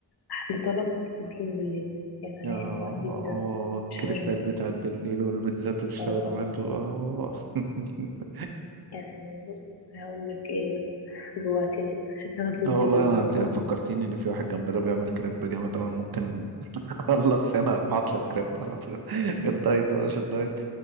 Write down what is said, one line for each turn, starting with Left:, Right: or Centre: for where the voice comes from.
Left: أحلى طلب بطلبه بالليل يا سلام
Right: يا اه
Left: بقى بيتزا
Right: الكريبات
Left: شاورما
Right: بتاعت بالليل والبيتزات والشاورمات
Left: اه اه آه.
Right: و- اه <laughs>
Left: يعني بص هقول لك ايه بس جوعتني شكلي هطلب
Right: اه والله
Left: بيتزا دلوقتي
Right: انا انت فكرتيني
Left: يلا
Right: ان في واحد جنبنا بيعمل كريب جامد اوي أنا ممكن خلص هنا اروح اطلب كريب على طول <laughs> الدايت بقى مش الدايت